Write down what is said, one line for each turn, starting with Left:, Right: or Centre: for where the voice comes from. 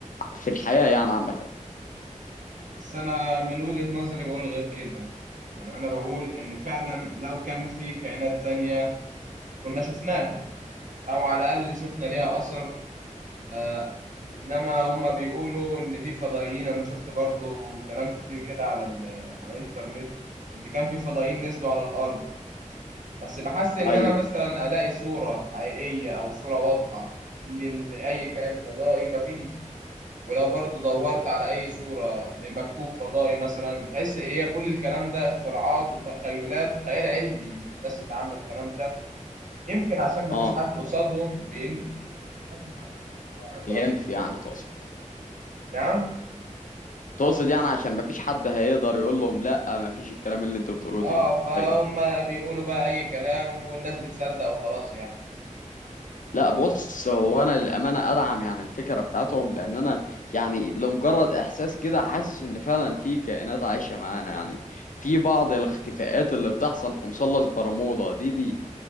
Left: في الحياة يعني عامة
Right: بس أنا من وجهة نظري بقول غير كده يعني أنا بقول إن فعلا لو كان في كائنات تانية كنا شفناها أو على الأقل شفنا ليها أثر آه إنما هما بيقولوا إن في فضائيين أنا شفت برضو كلام كتير كده على ال- على الإنترنت إن كان في فضائيين نزلوا على الأرض بس بحس إن
Left: ايوه
Right: أنا مثلا ألاقي صورة حقيقية أو صورة واضحة لل- لأي كائن فضائي مفيش ولو برضو دورت على أي صورة لمكوك فضائي مثلا تحس إيه هي كل الكلام ده اختراعات وتخيلات خيال علمي من الناس اللي عاملة الكلام ده يمكن عشان ما
Left: اه
Right: فيش حد قصادهم بين- بيقدم على أو عنده
Left: ينفي
Right: أدلة
Left: يعني
Right: تانية
Left: تقصد
Right: نعم
Left: تقصد يعني عشان ما فيش حد هيقدر يقول لهم لا ما فيش الكلام اللي انتوا بتقولوه دي
Right: اه
Left: ده
Right: فهم
Left: ايوه
Right: بيقولوا بقى أي كلام والناس بتصدق وخلاص يعني
Left: لا بص هو انا للامانه ادعم يعني الفكره بتاعتهم لان انا يعني لمجرد احساس كده حاسس ان فعلا في كائنات عايشه معانا يعني في بعض الاختفاءات اللي بتحصل في مثلث برمودا دي دي